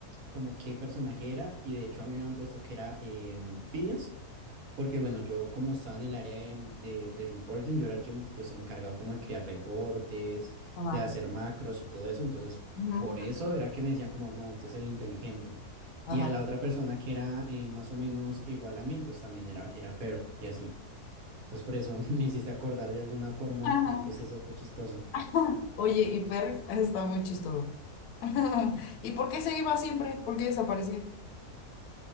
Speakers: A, on the right; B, on the left.
A: como qué personaje era y de hecho a mí me han puesto que era Finios porque bueno, yo como estaba en el área de, de, de reporting, yo era el que pues encargado como de crear reportes,
B: ajá,
A: de hacer macros y todo eso, entonces
B: Ujú.
A: por eso era que me decían como, no, usted es el inteligente.
B: ajá.
A: Y a la otra persona que era eh, más o menos igual a mí, entonces también era, era fair y así. Entonces por eso <laughs> me hiciste acordar de alguna forma
B: Ajá.
A: y pues eso fue chistoso.
B: <laughs> Oye, y Perry, eso está muy chistoso. <laughs> ¿Y por qué se iba siempre? ¿Por qué desaparecía?